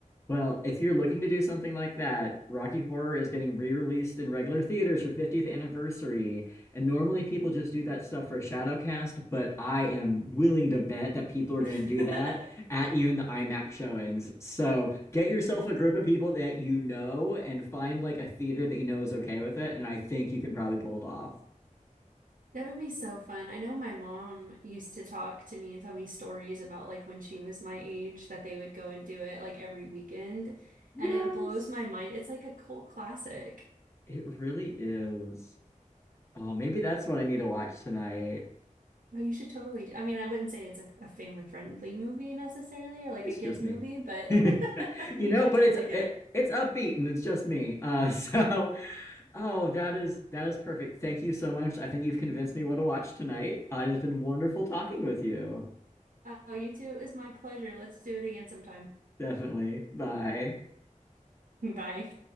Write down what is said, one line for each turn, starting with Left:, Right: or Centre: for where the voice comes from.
Left: Well, if you're looking to do something like that, Rocky Horror is getting re-released in regular theaters for 50th anniversary. And normally people just do that stuff for Shadowcast, but I am willing to bet that people are
Right: <laughs>
Left: going to do that at even the IMAX showings. So get yourself a group of people that you know and find like a theater that you know is okay with it. And I think you can probably pull it off.
Right: That would be so fun. I know my mom used to talk to me and tell me stories about like when she was my age that they would go and do it like every weekend.
Left: Yes,
Right: And it blows my mind. It's like a cult classic. <laughs>
Left: it really is. Oh, maybe that's what I need to watch tonight.
Right: Oh, you should totally do. I mean, I wouldn't say it's a, a family friendly movie necessarily or like
Left: it's
Right: a kids
Left: just
Right: movie,
Left: me.
Right: but
Left: <laughs> you
Right: <laughs> you
Left: know,
Right: should
Left: but
Right: totally
Left: it's
Right: do
Left: it,
Right: it.
Left: it's upbeat and it's just me. Uh, <laughs> so oh, that is that is perfect. Thank you so much. I think you've convinced me what to watch tonight. Uh, it's been wonderful talking with you.
Right: Oh, you too. It was my pleasure. Let's do it again sometime.
Left: Definitely. Bye.
Right: <laughs> Bye.